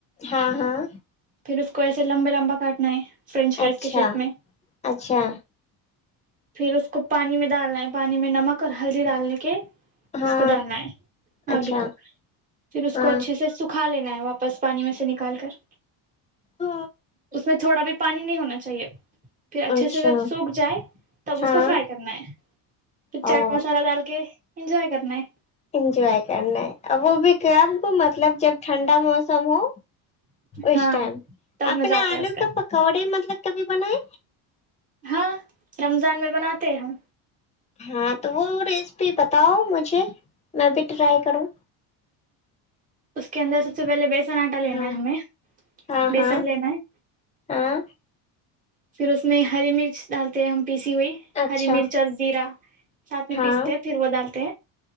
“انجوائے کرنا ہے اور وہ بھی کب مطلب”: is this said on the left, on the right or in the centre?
Left